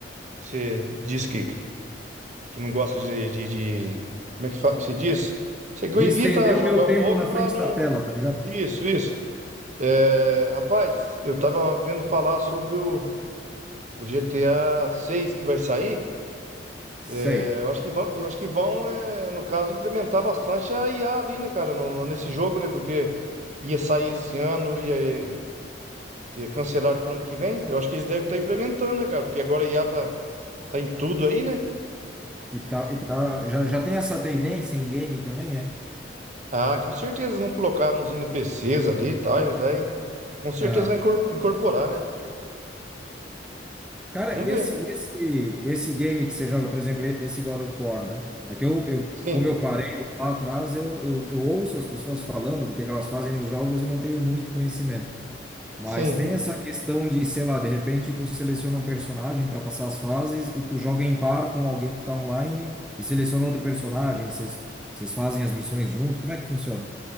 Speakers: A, on the right; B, in the centre.
A: que você diz que, que não gosta de, de, de- Como é que, fa- que se diz? Você que
B: De
A: evita
B: estender
A: jogar
B: o meu tempo
A: um pouco
B: na
A: para
B: frente
A: não.
B: da tela, tá ligado?
A: Isso, isso. Eh, rapaz, eu tava vendo falar sobre o, o GTA 6 que vai sair.
B: Sei.
A: Eh, eu acho que vão, eu acho que vão, eh, no caso, implementar bastante a IA ali, né, cara, no- nesse jogo, né? Porque ia sair esse ano, ia, E cancelaram para ano que vem? Eu acho que eles devem estar implementando, né, cara? Porque agora a IA tá, tá em tudo aí, né?
B: E tá, e tá, já, já tem essa tendência em game também, é?
A: Ah, com certeza eles vão colocar nos NPCs ali e tal. Eles vai. Com certeza
B: Ah,
A: vai incor- incorporar, né?
B: Cara,
A: Vamos
B: e
A: ver.
B: esse, e esse, esse game que você joga, por exemplo, e- esse God of War, né? É que eu, eu
A: Sim,
B: como eu parei lá atrás, eu, eu, eu ouço as pessoas falando do que que elas fazem nos jogos e não tenho muito conhecimento. Mas
A: sim.
B: tem essa questão de, sei lá, de repente tu seleciona um personagem para passar as fases e tu joga em par com alguém que tá online e seleciona outro personagem, vocês vocês fazem as missões junto, como é que funciona?